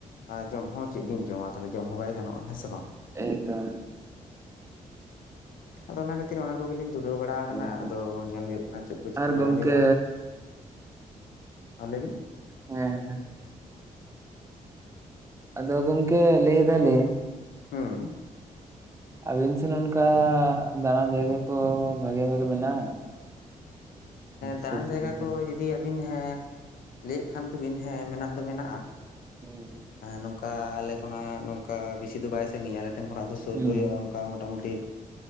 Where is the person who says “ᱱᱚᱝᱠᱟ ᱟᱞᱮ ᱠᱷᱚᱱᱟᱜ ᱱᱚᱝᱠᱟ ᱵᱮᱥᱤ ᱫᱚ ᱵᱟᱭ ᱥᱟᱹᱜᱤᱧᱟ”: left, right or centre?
Left